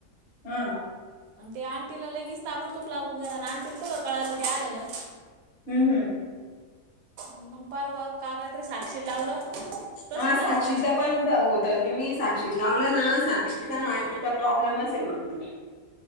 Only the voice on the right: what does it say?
आणि ते आ आणटीला लगेच ताबुडतुब लागून गेला आणटीला कुठं कळालं ते आल्यालं.
मग परवा काल रात्री साक्षी लावलं. तसंच
झालं
साक्षी